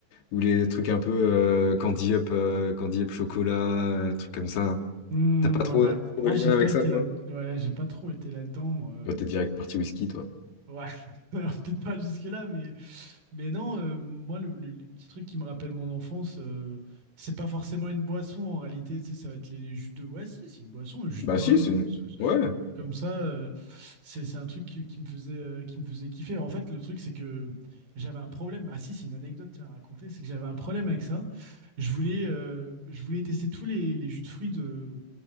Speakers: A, on the left; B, on the right.
A: ou les trucs un peu euh, candy yop, euh, candy yop chocolat, euh, trucs comme ça.
B: Hmm,
A: T'as pas
B: ouais,
A: trop,
B: bah, moi,
A: trop de
B: j'ai
A: lien
B: pas
A: avec
B: été
A: ça, toi?
B: là. Ouais, j'ai pas trop été là-dedans, moi. euh.
A: Toi, t'es direct parti whisky, toi.
B: Ouais, <laughs> Alors, peut-être pas jusque-là, mais, mais non, euh, moi, le- le- les petits trucs qui me rappellent mon enfance, euh, c'est pas forcément une boisson en réalité. Tu sais, ça va être les, les jus de. Ouais, si, c'est une boisson, le jus
A: Bah
B: de pomme.
A: si, c'est une... Ouais,
B: Comme ça, euh, c'est c'est un truc qui, qui me faisait, euh, qui me faisait kiffer. En fait, le truc, c'est que j'avais un problème. Ah si, c'est une anecdote tiens, à raconter, c'est que j'avais un problème avec ça. Je voulais, euh, je voulais tester tous les, les jus de fruits de,